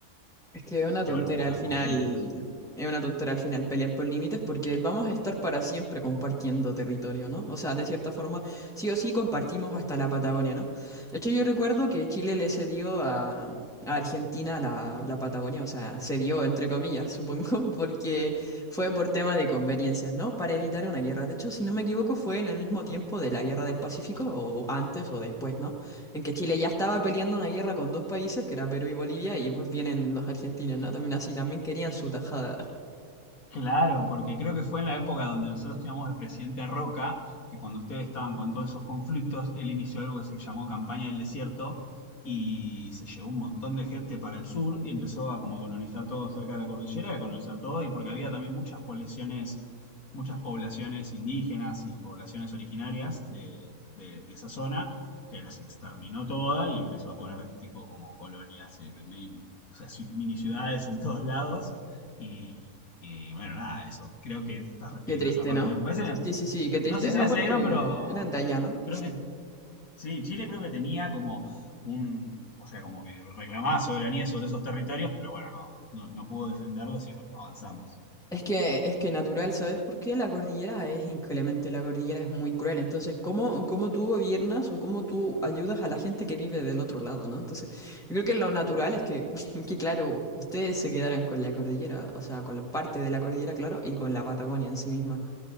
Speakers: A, in the centre; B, on the left.
A: Es que es una tontera
B: Y bueno, buscan
A: al final,
B: conflictos.
A: es una tontera al final pelear por límites porque vamos a estar para siempre compartiendo territorio, ¿no? O sea, de cierta forma, sí o sí compartimos hasta la Patagonia, ¿no? De hecho, yo recuerdo que Chile le cedió a, a Argentina la, la Patagonia, o sea, cedió entre comillas, supongo, <laughs> porque fue por tema de conveniencias, ¿no? Para evitar una guerra. De hecho, si no me equivoco, fue en el mismo tiempo de la Guerra del Pacífico, o antes o después, ¿no? En que Chile ya estaba peleando una guerra con dos países, que era Perú y Bolivia, y pues vienen los argentinos, ¿no? También así, también querían su tajada.
B: Claro, porque creo que fue en la época donde nosotros teníamos de presidente a Roca, que cuando ustedes estaban con todos esos conflictos, él inició algo que se llamó Campaña del Desierto y se llevó un montón de gente para el sur y empezó a como a colonizar todo cerca de la cordillera, a colonizar todo y porque había también muchas poblaciones, muchas poblaciones indígenas y poblaciones originarias de, de- de esa zona que las exterminó toda y empezó a poner tipo como colonias, eh, medio- o sea, ci- mini ciudades en todos lados. Y, y bueno, nada, eso. Creo que te estás refiriendo
A: Qué triste,
B: a esa parte.
A: ¿no?
B: Me parece,
A: Sí, sí, sí,
B: no,
A: qué triste,
B: no sé si
A: ¿no?
B: la
A: Porque
B: seguieron, pero
A: eran de allá, ¿no?
B: creo que sí, Chile creo que tenía como un, o sea, como que reclamaba soberanía sobre esos territorios, pero bueno, no, no, no pudo defenderlos y bueno, avanzamos.
A: Es que, es que natural, ¿sabes? Porque la cordillera es inclemente, la cordillera es muy cruel. Entonces, ¿cómo, cómo tú gobiernas o cómo tú ayudas a la gente que vive del otro lado, ¿no? Entonces, yo creo que lo natural es que, <laughs> que claro, ustedes se quedaran con la cordillera, o sea, con la parte de la cordillera, claro, y con la Patagonia en sí misma.